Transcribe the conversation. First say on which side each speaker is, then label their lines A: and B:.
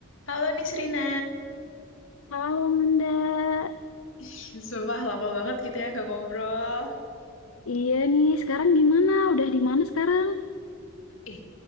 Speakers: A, on the left; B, on the left.
A: Halo Nisrina.
B: Halo Nanda,
A: Ih, sumpah lama banget gitu ya gak ngobrol.
B: iya nih sekarang gimana? Udah di mana sekarang?
A: Eh,